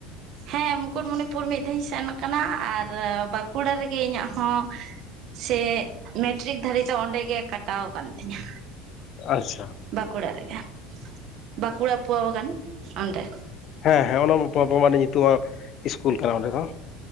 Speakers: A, on the right (about 55°); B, on the left (about 50°).
A: ᱦᱮᱸ ᱢᱩᱠᱩᱴᱢᱩᱱᱤᱯᱩᱨ ᱢᱤᱫ ᱫᱷᱟᱣ ᱤᱧ ᱥᱮᱱ ᱠᱟᱱᱟ ᱟᱨ ᱵᱟᱸᱠᱩᱲᱟ ᱨᱮᱜᱮ ᱤᱧᱟᱹᱜ ᱦᱚᱸ ᱥᱮ ᱢᱮᱴᱨᱤᱠ ᱫᱷᱟᱹᱨᱤᱡ ᱫᱚ ᱚᱸᱰᱮ ᱜᱮ ᱠᱟᱴᱟᱣ ᱟᱠᱟᱱ ᱛᱤᱧᱟᱹ
B: ᱟᱪᱷᱟ
A: ᱵᱟᱠᱩᱲᱟ ᱨᱮᱜᱮ ᱵᱟᱠᱩᱲᱟ ᱯᱣᱟ ᱵᱟᱜᱟᱱ ᱚᱸᱰᱮ
B: ᱦᱮᱸ ᱦᱮᱸ ᱚᱱᱟ ᱵᱟ ᱧᱩᱛᱩᱢᱟᱱ ᱤᱥᱠᱩᱞ ᱠᱟᱱᱟ ᱚᱸᱰᱮ ᱫᱚ